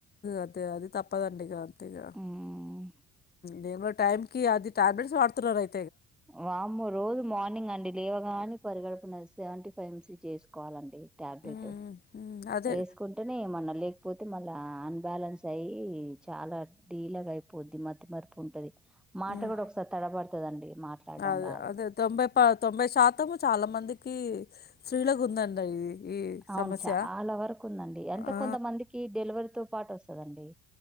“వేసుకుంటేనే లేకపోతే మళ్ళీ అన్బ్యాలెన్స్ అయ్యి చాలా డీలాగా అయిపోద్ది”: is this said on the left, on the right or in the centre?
Centre